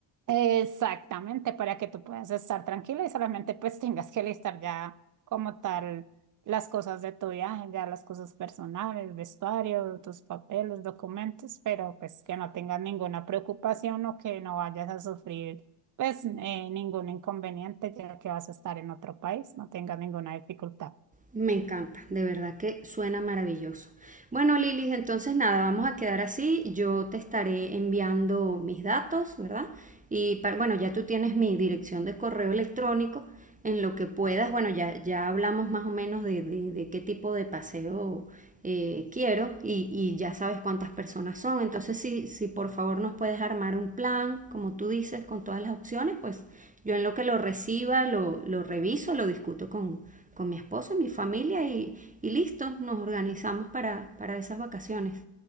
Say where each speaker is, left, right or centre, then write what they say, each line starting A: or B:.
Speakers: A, on the right (about 40°); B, on the right (about 15°).
A: Exactamente, para que tú puedas estar tranquila y solamente pues tengas que listar ya como tal las cosas de tu viaje, ya las cosas personales, vestuario, tus papeles, documentos, pero pues que no tengas ninguna preocupación o que no vayas a sufrir pues eh, ningún inconveniente ya que vas a estar en otro país, no tengas ninguna dificultad.
B: Me encanta, de verdad que suena maravilloso. Bueno, Lilis, entonces nada, vamos a quedar así. Yo te estaré enviando mis datos, ¿verdad? Y para- bueno, ya tú tienes mi dirección de correo electrónico. En lo que puedas, bueno, ya, ya hablamos más o menos de, de- de qué tipo de paseo eh, quiero y, y ya sabes cuántas personas son. Entonces, si, si por favor nos puedes armar un plan, como tú dices, con todas las opciones, pues yo en lo que lo reciba, lo, lo reviso, lo discuto con, con mi esposo, mi familia y, y listo, nos organizamos para, para esas vacaciones.